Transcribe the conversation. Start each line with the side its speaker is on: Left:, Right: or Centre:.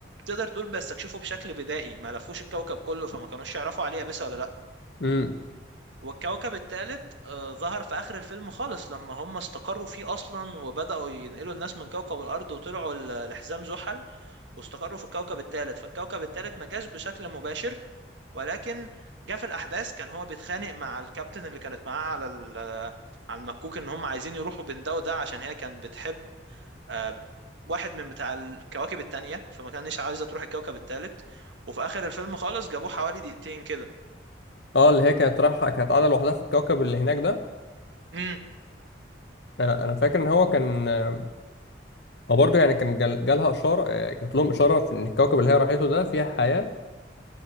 Right: تقدر تقول بيستكشفوا بشكل بدائي ما لفوش الكوكب كله فما كانوش يعرفوا عليه يابسة ولا لا
Left: امم
Right: والكوكب الثالث آه، ظهر في آخر الفيلم خالص لما هم استقروا فيه أصلا وبدأوا ينقلوا الناس من كوكب الأرض وطلعوا ل- لحزام زحل واستقروا في الكوكب الثالث فالكوكب الثالث ما جاش بشكل مباشر ولكن جه في الاحداث كان هو بيتخانق مع الكابتن اللي كانت معاه على ال- على المكوك ان هم عايزين يروحوا بين ده وده عشان هي كانت بتحب آه، واحد من بتاع الكواكب التانية فما كانش عايزة تروح الكوكب التالت وفي اخر الفيلم خالص جابوه حوالي دقيقتين كده
Left: اه اللي هي كانت رايحة كانت قاعدة لوحدها في الكوكب اللي هناك ده
Right: امم
Left: انا انا فاكر ان هو كان آه، هو برضه يعني كان جال- جالها اشارة آه، جات لهم اشارة في ان الكوكب اللي هي راحته ده فيها حياة